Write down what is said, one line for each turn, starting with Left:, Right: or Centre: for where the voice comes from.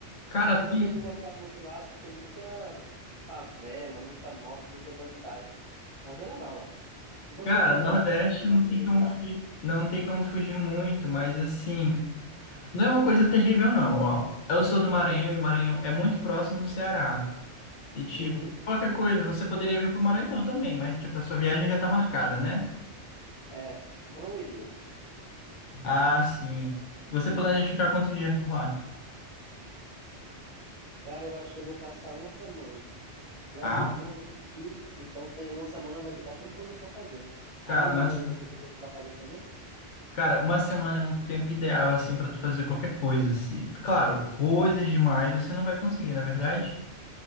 Left: Cara,
Right: Apesar
Left: pi-
Right: de eu não gostar muito lá, que tem muita favela, muita moto, muita bandidagem. Mas é legal lá. E você,
Left: cara,
Right: quais
Left: Nordeste
Right: os lugares que você gosta
Left: não tem
Right: de visitar?
Left: como fugir, não tem como fugir muito, mas assim. Não é uma coisa terrível, não, ó. Eu sou do Maranhão e o Maranhão é muito próximo do Ceará. E, tipo,
Right: Uhum.
Left: qualquer coisa, você poderia vir pro Maranhão também, mas, tipo, a sua viagem já tá marcada, né?
Right: É, não iria.
Left: Ah, sim. Você planeja ficar quantos dias por lá?
Right: Cara, eu acho que eu vou passar uma semana. Lá
Left: Ah,
Right: é muito bom de curtir, então tem uma semana vai ter bastante coisa para fazer. Aí
Left: cara,
Right: no
Left: mas,
Right: Maranhão tem muita coisa para fazer também,
Left: cara, uma semana é um tempo ideal, assim, pra tu fazer qualquer coisa, assim. Claro, coisas demais você não vai conseguir, na é verdade?